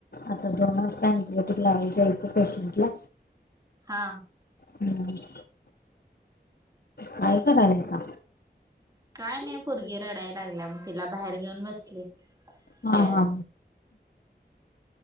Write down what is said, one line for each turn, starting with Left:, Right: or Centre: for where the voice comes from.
Left: आता दोन वाजता ऑन्टीबायोटीक लावाचय पेशंटला
Right: हा
Left: <unintelligible> काय करालायसा
Right: काय नाही पोरगी रडायला लागल्या मग तिला बाहेर घेऊन बसले खेळत.
Left: हा, हा